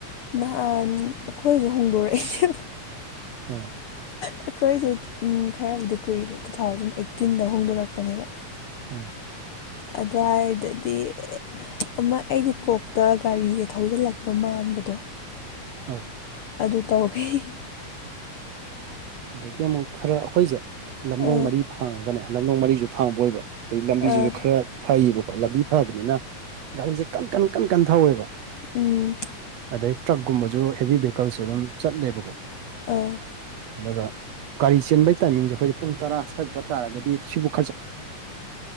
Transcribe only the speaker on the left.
ꯅꯍꯥꯟ ꯑꯩꯈꯣꯏꯁꯨ ꯍꯣꯡꯗꯣꯔꯛꯏꯁꯦ
ꯑꯩꯈꯣꯏꯁꯨ ꯈꯔꯕꯨꯗꯤ ꯀꯨꯏꯔꯦ ꯇꯨ ꯊꯥꯎꯖꯟ ꯑꯩꯠꯇꯤꯟꯗ ꯍꯣꯡꯗꯣꯔꯛꯄꯅꯦꯕ
ꯑꯗꯨꯋꯥꯏꯗꯗꯤ ꯑꯃ ꯑꯩꯒꯤ ꯀꯣꯛꯇ ꯒꯥꯔꯤꯁꯦ ꯊꯧꯖꯤꯜꯂꯛꯄ ꯃꯥꯟꯕꯗꯣ
ꯑꯗꯨ ꯇꯧꯍ°
ꯑꯥ
ꯑꯥ
ꯎꯝ
ꯑꯥꯑꯑ